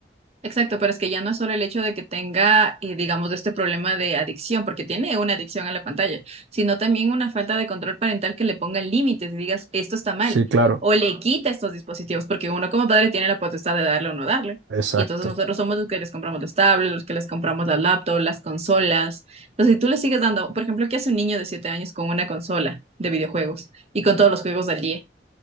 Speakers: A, on the right; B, on the right.
A: Exacto, pero es que ya no es solo el hecho de que tenga, eh, digamos, este problema de adicción, porque tiene una adicción a la pantalla, sino también una falta de control parental que le ponga límites y digas, esto está mal,
B: Sí, claro,
A: o le quita estos dispositivos, porque uno como padre tiene la potestad de darle o no darle.
B: exacto.
A: Y entonces nosotros somos los que les compramos los tablets, los que les compramos las laptops, las consolas. Entonces, si tú le sigues dando, por ejemplo, ¿qué hace un niño de 7 años con una consola de videojuegos y con todos los juegos del día?